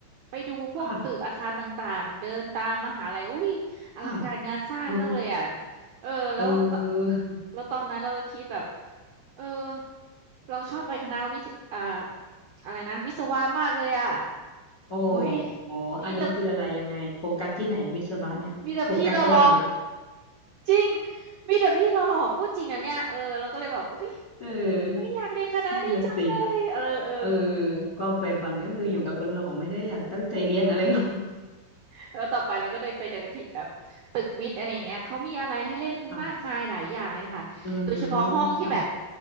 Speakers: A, on the right (about 80°); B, on the left (about 75°).
A: ไปดูพวกตึกอาคารต่างๆเดินตามมหาลัยอุ้ยอลังการงานสร้างมากเลยอ่ะ
B: ค่ะค่ะโอ้
A: เออแล้วต
B: เออ
A: แล้วตอนนั้นเราก็คิดแบบเออเราชอบไปคณะวิทย์อ่าอะไรนะวิศวะมากเลยอ่ะ
B: โอ้
A: โอ้ย
B: โหอันนี้คืออะไรยังไงโฟกัสที่ไหนวิศวะเนี่ยโฟกัสอะไร
A: มีแต่มีแต่พี่เราหรอ จริง มีแต่พี่หล่อๆพูดจริงอ่ะเนี่ยเออเราก็เลยแบบอุ้ย
B: <laughs> เออ
A: เฮ้ยอยากเรียนคณะนี้จังเลยเออเออ
B: นั่นน่ะสิเออความใฝ่ฝันก็คืออยู่กับคนหล่อไม่ได้อยากตั้งใจเรียนอะไรหรอก
A: แล้วต่อไปเราก็ได้ไปเดินที่แบบตึกวิทย์อะไรเงี้ยเขามีอะไรให้เล่นมากมายหลายอย่างเลยค่ะโดยเฉพาะห้องที่แบบ
B: <laughs> ค่ะอืมค่ะ